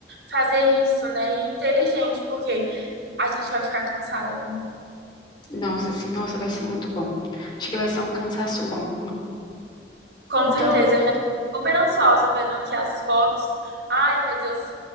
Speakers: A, on the right; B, on the left.
A: fazer isso, né? E inteligente, porque a gente vai ficar cansada, viu?
B: Nossa, assim, nossa, vai ser muito bom. Acho que vai ser um cansaço bom.
A: Com
B: Então,
A: certeza, eu já tô super ansiosa vendo aqui as fotos. Ai, meu Deus,